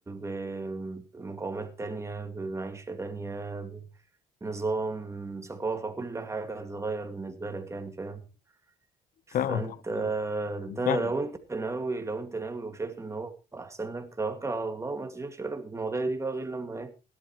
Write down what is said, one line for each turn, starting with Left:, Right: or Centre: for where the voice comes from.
Right: ب- بمقومات تانية بمعيشة تانية بنظام ثقافة كل حاجة هتتغير بالنسبة لك يعني فاهم فانت
Left: فاهمك آه والله
Right: انت لو
Left: فاهمك
Right: انت ناوي لو انت ناوي وشايف ان هو احسن لك توكل على الله وما تشغلش بالك بالمواضيع دي بقى غير لما ايه